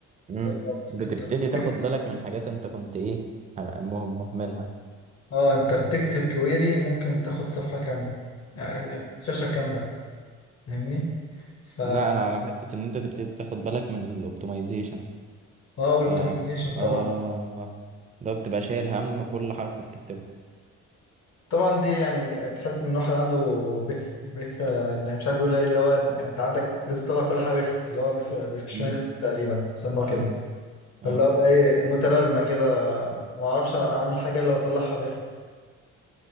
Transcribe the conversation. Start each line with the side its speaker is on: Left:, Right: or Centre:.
Right: امم
Left: رعب.
Right: بتبتدي
Left: أنت بتكتب
Right: تاخد بالك من حاجات انت كنت ايه هم- مهملها
Left: اه أنت بتكتب كويري ممكن تاخد صفحة كاملة يعني يعني شاشة كاملة فاهمني؟ ف
Right: لا انا على حته ان انت تبتدي تاخد بالك من الاوبتمايزيشن
Left: اه والاوبتمايزيشن
Right: ف
Left: طبعا
Right: اه ده بتبقى شايل هم كل حرف بتكتبه
Left: طبعا دي يعني تحس ان الواحد عنده بريك بريك في يعني مش عارف يقول ايه اللي هو انت عندك لازم تطلع كل حاجه بيرفكت اللي هو بيرفكشنست
Right: مم.
Left: تقريبا بيسموها
Right: اه
Left: كده فاللي
Right: اه
Left: هو ايه متلازمه كده ما اعرفش اعمل حاجه الا واطلعها بيرفكت